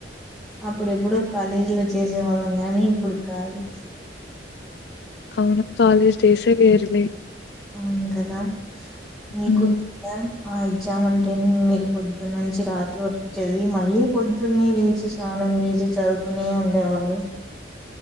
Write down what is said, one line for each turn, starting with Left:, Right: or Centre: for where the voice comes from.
Centre: అప్పుడో ఎప్పుడో కాలేజీలో చేసే వాళ్ళం కాని ఇప్పుడు కాదు
Left: అవును కాాలేజ్ డేస్ ఎ వేరులే
Centre: అవును కదా నీకు
Left: హ్మ్.
Centre: <unintelligible> వద్దామంటే మీరు పొద్దున్న నుంచి రాత్రి వరకు చదివి మళ్ళీ పొద్దున్న లేచి స్నానం చేసి చదువుతూనే ఉండేవాళ్ళు